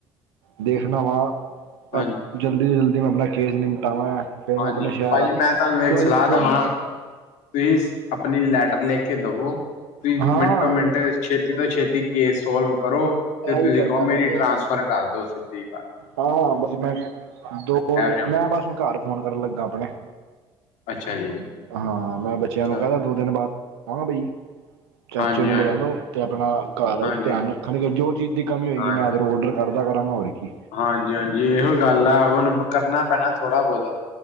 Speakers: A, on the right; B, on the left.
A: ਦੇਖਦਾ ਵਾਂ।
B: ਹਾਂਜੀ
A: ਜਲਦੀ-ਜਲਦੀ ਮੈਂ ਆਪਣਾ ਕੇਸ ਨਿਪਟਾਵਾਂ। ਫਿਰ
B: ਹਾਂਜੀ!
A: ਮੈਂ ਆਪਣੇ ਸ਼ਹਿਰ
B: ਭਾਜੀ
A: ਆ
B: ਮੈਂ ਤੁਹਾਨੂੰ ਇੱਕ
A: ਕਿਉਂ
B: ਸਲਾਹ
A: ਦੇਖੋ
B: ਦਵਾਂ। ਪਲੀਜ਼, ਆਪਣੀ ਲੈਟਰ ਲਿਖ ਕੇ ਦੇਵੋ, ਵੀ
A: ਹਾਂ
B: ਮਿੰਟੋ -ਮਿੰਟ ਛੇ ਛੇਤੀ ਤੋਂ ਛੇਤੀ ਕੇਸ ਸੋਲਵ ਕਰੋ, ਤੇ ਤੁਸੀਂ
A: ਇਹੀ ਕਰਨਾ
B: ਕਹੋ ਮੇਰੀ
A: ਮੈਂ ਤੇ
B: ਟਰਾਂਸਫਰ ਕਰ ਦੋ ਸਿੱਧੀ ਤਰ੍ਹਾਂ
A: ਹਾਂ ਬਸ ਮੈਂ, ਦੋ ਕੁ ਵਜੇ
B: ਜਾਵਾਂ
A: ਮੈਂ ਬਸ ਹੁਣ ਘਰ ਫੋਨ ਕਰਨ ਲੱਗਾ ਆਪਣੇ
B: ਅੱਛਾ ਜੀ।
A: ਹਾਂ ਮੈਂ ਬੱਚਿਆਂ ਨੂੰ
B: ਚਲੋ
A: ਕਹਿੰਦਾ ਦੋ ਦਿਨ ਬਾਅਦ, ਆਵਾਂਗਾ ਬਈ ਚਾਚੇ
B: ਹਾਂਜੀ
A: ਨੂੰ
B: ਹਾਂਜੀ
A: ਬੁਲਾ ਲੋ ਤੇ ਆਪਣਾ ਘਰ
B: ਹਾਂਜੀ
A: ਧਿਆਨ ਰੱਖਣਗੇ ਜੋ ਚੀਜ਼ ਦੀ ਕਮੀ ਹੋਏਗੀ,
B: ਹਾਂਜੀ
A: ਮੈਂ ਅਗਰ ਔਡਰ ਘਰ ਦਾ ਕਰਾ ਹੋਰ ਕੀ,
B: ਹਾਂਜੀ -ਹਾਂਜੀ ਇਹੋ ਹੀ ਗੱਲ ਆ। ਹੁਣ ਕਰਨਾ ਪੈਣਾ ਥੋੜਾ ਬਹੁਤਾ <inaudible>